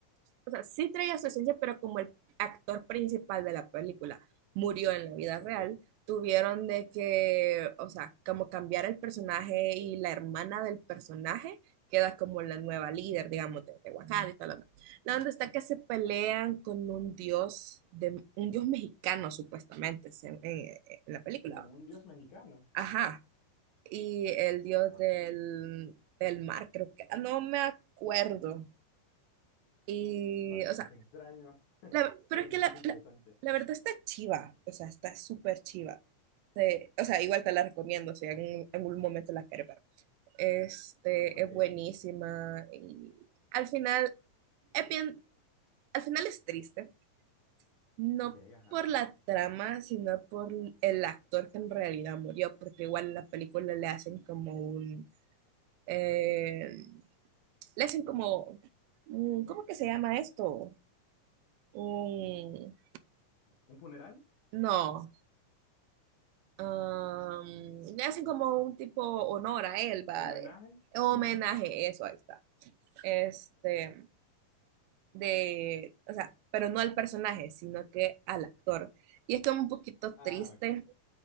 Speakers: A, on the right; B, on the left.
A: o sea, sí traía su esencia, pero como el actor principal de la película murió en la vida
B: Ok,
A: real, tuvieron de que, o sea, como cambiar el personaje y la hermana del personaje queda como la nueva líder, digamos, de, de Wakanda y todo lo demás. La onda está que se pelean con un dios, de, un dios mexicano supuestamente, se- en en- en la película.
B: con un dios mexicano.
A: Ajá y el dios
B: Ok,
A: del, del mar, creo que, era. no me acuerdo. Y,
B: bastante
A: o sea,
B: extraño, <laughs>
A: la- pero
B: pero
A: es que
B: se escucha
A: la,
B: interesante.
A: la- la verdad está chiva, o sea, está súper chiva. Sí, o sea, igual te la recomiendo, si en algún momento la quieres ver. Este,
B: Ok,
A: es buenísima y al final, es bien- al final es triste, no
B: Ok, ajá.
A: por la trama, sino por el actor que en realidad murió, porque igual en la película le hacen como un, eh, le hacen como, mm, ¿cómo que se llama esto? Un,
B: ¿Un funeral?
A: no, am, le hacen como un tipo honor a él, va,
B: ¿Homenaje?
A: de, homenaje,
B: ¿Homenaje?
A: eso, ahí está. Este, de, o sea, pero no al personaje, sino que al actor. Y es como un poquito
B: ah,
A: triste.
B: ok.